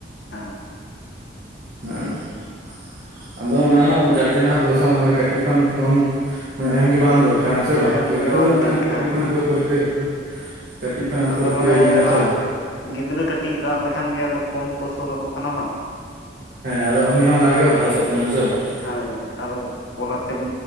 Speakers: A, on the left (about 80°); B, on the right (about 60°).
A: ᱦᱮᱸ
B: <unintelligible> ᱟᱫᱚ ᱚᱱᱟ ᱦᱚᱸ ᱜᱟᱨᱡᱮᱱᱟᱜ ᱦᱚᱸ ᱫᱳᱥ ᱦᱚᱸ ᱢᱟᱱᱮ ᱠᱟᱹᱴᱤᱡ ᱠᱷᱚᱱ ᱯᱷᱳᱱ ᱢᱟᱱᱮ ᱮᱢᱜᱮ ᱵᱟᱝ ᱫᱚᱨ ᱠᱟᱱᱟ ᱥᱮ ᱵᱟᱝ
A: ᱮᱢ
B: ᱯᱟᱹᱨᱠᱟᱹᱣ
A: ᱜᱮ ᱵᱟᱝ
B: ᱚᱱᱮ
A: ᱴᱷᱤᱠᱟ
B: ᱠᱟᱹᱴᱤᱡ
A: ᱦᱮᱸ
B: ᱠᱷᱚᱱᱟᱜ ᱠᱚ ᱯᱟᱹᱨᱠᱟᱹᱣᱮᱜ ᱠᱚᱣᱟ᱾ ᱠᱟᱹᱴᱤᱡ ᱠᱷᱚᱱᱟᱜ ᱮᱢ
A: ᱟᱫᱚ
B: ᱯᱟᱹᱨᱠᱟᱹᱣᱮ
A: ᱚᱱᱮ
B: ᱠᱟᱱᱟ ᱦᱮᱸ
A: ᱨᱟᱜ
B: ᱥᱮ ᱵᱟᱝ
A: ᱜᱤᱫᱽᱨᱟᱹ ᱠᱟᱹᱴᱤᱡ ᱨᱟᱜ ᱞᱮᱠᱷᱟᱱ ᱜᱮ ᱟᱫᱚ ᱯᱷᱳᱱ ᱠᱚ ᱥᱩᱨᱟᱠᱚ ᱠᱟᱱᱟ ᱵᱟᱝ᱾
B: ᱦᱮᱸ, ᱟᱫᱚ ᱩᱱᱤ ᱦᱚᱸ ᱚᱱᱟᱜᱮ ᱚᱵᱵᱷᱟᱥᱚᱜ ᱠᱟᱱᱟᱭ, ᱦᱮᱸ ᱥᱮ ᱵᱟᱝ?
A: ᱦᱳᱭ, ᱟᱫᱚ ᱯᱚᱨᱮ ᱛᱮᱵᱤᱱ